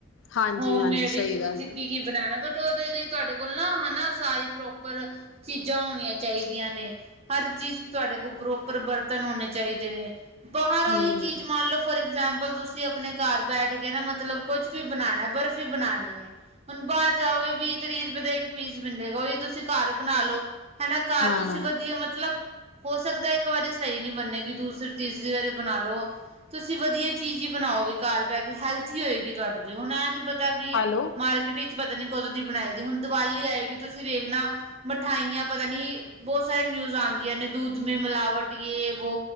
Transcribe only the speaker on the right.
ਹੋਮ
ਮੇਡ
ਵਿੱਚ
ਤੁਸੀਂ
ਕੀ-ਕੀ ਬਣਾਣਾ ਬਟ ਉਹਦੇ ਲਈ ਤੁਹਾਡੇ ਕੋਲ ਨਾ ਹੈਨਾ ਸਾਰੀ ਪ੍ਰੋਪਰ ਚੀਜ਼ਾਂ ਹੋਣੀਆਂ ਚਾਹੀਦੀਆਂ ਨੇ। ਹਰ ਚੀਜ਼ ਤੁਹਾਡੇ ਕੋਲ ਪ੍ਰੋਪਰ ਬਰਤਨ ਹੋਣੇ ਚਾਹੀਦੇ ਨੇ ਬਾਹਰ ਉਹੀ
ਚੀਜ਼ ਮੰਨ ਲਓ ਫੋਰ ਇਗਜਾਮਪਲ ਤੁਸੀਂ ਆਪਣੇ ਘਰ ਬੈਠ ਕੇ ਨਾ ਮਤਲਬ ਕੁਛ ਵੀ ਬਣਾਉਣਾ ਬਰਫ਼ੀ ਬਣਾਉਣੀ ਹੈ। ਹੁਣ ਬਾਹਰ ਜਾਓਗੇ ਵੀਹ- ਤਰੀ ਰੁਪਏ ਦਾ ਇੱਕ ਪੀਸ ਮਿਲੇਗਾ ਉਹੀ ਤੁਸੀਂ ਘਰ ਬਣਾ ਲਓ। ਹੈਨਾ ਘਾਰ
ਤੁਸੀਂ ਵਧੀਆ ਮਤਲਬ ਹੋ ਸਕਦਾ ਇੱਕ ਵਾਰੀ ਸਹੀ ਨਹੀਂ ਬੰਨੇਗੀ ਦੂਸਰੀ ਤੀਸਰੀ ਵਾਰੀ ਬਣਾ ਲਓ ਤੁਸੀਂ ਵਧੀਆ ਚੀਜ਼ ਹੀ ਬਣਾਓਗੇ ਘਰ ਬਹਿ ਕੇ ਹੈਲਥੀ ਹੋਏਗੀ ਤੁਹਾਡੇ ਲਈ ਹੁਣ ਐਂ ਨੀ ਪਤਾ ਕੀ
ਮਾਰਕੀਟ ਵਿੱਚ ਪਤਾ ਨੀ ਕਦੋਂ ਦੀ ਬਣਾਈ ਦੀ ਹੁਣ ਦੀਵਾਲੀ ਆਏਗੀ ਤੁਸੀਂ ਵੇਖਣਾ ਮਿਠਾਈਆਂ ਪਤਾ ਨੀ ਬਹੁਤ ਸਾਰੇ ਨਿਊਜ਼ ਆਉਂਦੀਆਂ ਨੇ ਦੂੱਧ ਮੇ ਮਿਲਾਵਟ ਯੇ ਵੋ